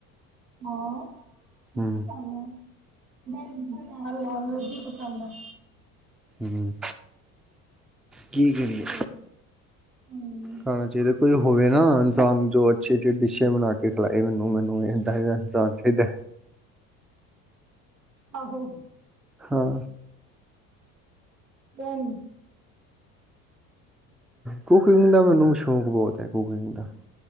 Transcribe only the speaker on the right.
ਹਾਂ। ਅੱਛੀ
ਗੱਲ ਹੈ। ਮੈਂ ਇਹਦੇ ਨਾਲ ਨੋਨ ਵੈਜ ਇ ਪਸੰਦ ਏ।
ਹੂੰ
ਆਹੋ
<unintelligible>